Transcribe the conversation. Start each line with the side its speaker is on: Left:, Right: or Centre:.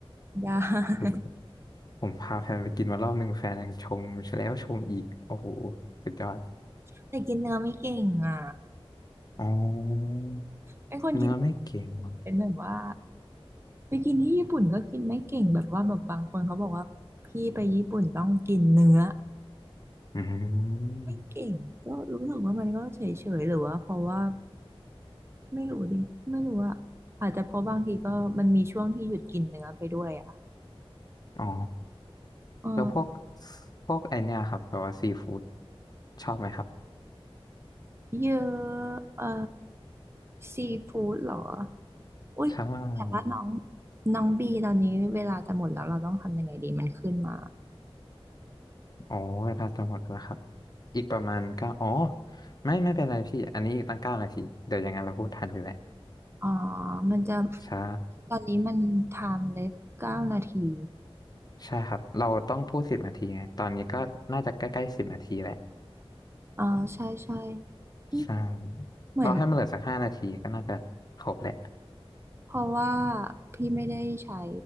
Right: ได้
Left: สุดๆผมพาแฟนไปกินมารอบหนึ่งแฟนยังชมแล้วชมอีกโอ้โหสุดยอด
Right: <laughs> แต่กินเนื้อไม่เก่งอ่ะ
Left: อ๋อ
Right: เป็นคนกิน
Left: เนื้อไม่เก่งเหรอ
Right: เป็นแบบว่าไปกินที่ญี่ปุ่นก็กินไม่เก่งแบบว่าแบบบางคนเขาบอกว่าพี่ไปญี่ปุ่นต้องกินเนื้อ
Left: อืม
Right: ไม่เก่งก็รู้สึกว่ามันก็เฉยๆหรือว่าเพราะว่า ไม่รู้ดิไม่รู้อะอาจจะเพราะบางทีก็มันมีช่วงที่หยุดกินเนื้อไปด้วยอะ
Left: อ๋อ
Right: เออ
Left: แล้วพวกพวกไอเนี่ยครับแบบว่าซีฟู้ดชอบไหมครับ
Right: เยอะเออซีฟู้ดเหรออุ้ยแต่ว่าน้อง
Left: ใช่
Right: น้องบีตอนนี้เวลาจะหมดแล้วเราต้องทำยังไงดีมันขึ้นมา
Left: อ๋อเวลาจะหมดแล้วครับอีกประมาณเก้าอ๋อไม่ไม่เป็นไรพี่อันนี้อีกตั้งเก้านาทีเดี๋ยวยังไงเราพูดทันอยู่แหละ
Right: อ๋อมันจะ
Left: ใช่
Right: ตอนนี้มัน timeless เลสเก้านาที
Left: ใช่ครับเราต้องพูดสิบนาทีไงตอนนี้ก็น่าจะใกล้ๆสิบนาทีแหละ
Right: อ๋อใช่ใช่อืม
Left: ใช่
Right: เหมือน
Left: เราให้มันเหลือสักห้านาทีก็น่าจะครบแหละ
Right: เพราะว่าพี่ไม่ได้ใช้